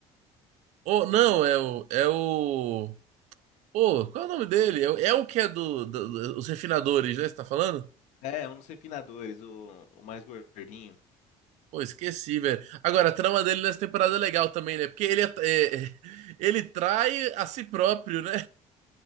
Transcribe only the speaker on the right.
Oh,
não,
é o. É o. Pô, qual é o nome dele? É, o é o que é do, do- do- Os refinadores, né? Você tá falando?
Pô, esqueci, velho. Agora, a trama dele nessa temporada é legal também, né? Porque ele, é- é- é- ele trai a si próprio, né?